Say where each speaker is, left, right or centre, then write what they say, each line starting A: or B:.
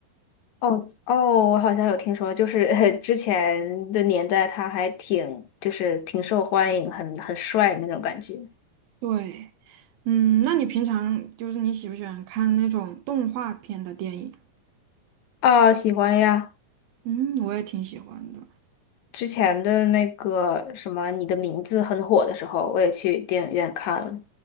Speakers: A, on the left; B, on the right.
A: 哦哦，我好像有听说，就是 <laughs> 之前的年代他还挺就是挺受欢迎，很很帅那种感觉。
B: 对，嗯，那你平常就是你喜不喜欢看那种动画片的电影？
A: 啊，喜欢呀。
B: 嗯，我也挺喜欢的。
A: 之前的那个什么《你的名字》很火的时候，我也去电影院看了。